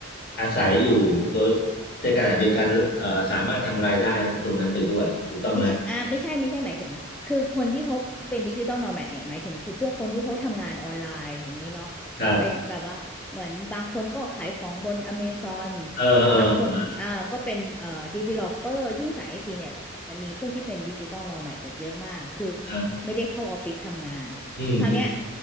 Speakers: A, on the left (about 50°); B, in the centre.
A: อาศัยอยู่โดยในขณะเดียวกันเอ่อสามารถทำรายได้ตรงนั้นไปด้วยถูกต้องไหม
B: ไม่ใช่อ่าไม่ใช่ ไม่ใช่ หมายถึงคือคนที่เขาเป็นดิจิตอลโนแมดเนี่ยหมายถึง คือพวกคนที่เขาทำงานออนไลน์ อย่างนี้เนาะ
A: ครับ
B: เป็นแบบว่าเหมือนบางคนก็ขายของบนอเมซอน
A: เออเออเออ
B: บางคนอ่าก็เป็นเอ่อดีเวลลอปเปอร์ยิ่งสายไอทีเนี่ยจะมีพวกที่เป็นดิจิตอลโนแมดเยอะมาก คือ
A: อ่ะ
B: ไม่ได้เข้าออฟฟิศทำงาน
A: อืมอืม
B: คราวเนี้ย